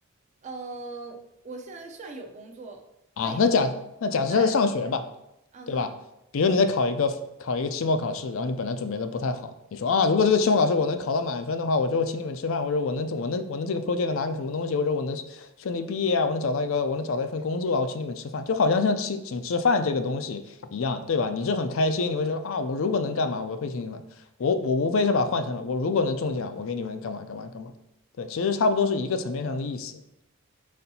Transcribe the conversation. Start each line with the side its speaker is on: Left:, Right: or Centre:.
Right: 呃，我现在算有工作，
Left: 啊，
Right: 但也算
Left: 那假那假设他在上学吧，
Right: 在，嗯哼，
Left: 对吧？比如你在考一个考一个期末考试，然后你本来准备的不太好，你说啊，如果这个期末考试我能考到满分的话，我就请你们吃饭，或者我能我能我能这个 project 拿个什么东西，或者我能顺利毕业啊，我能找到一个我能找到一份工作啊，我请你们吃饭，就好像像请请吃饭这个东西一样，对吧？你是很开心，你会说啊，我如果能干嘛，我会请你们，我我无非是把它换成了我如果能中奖，我给你们干嘛干嘛干嘛，对，其实差不多是一个层面上的意思。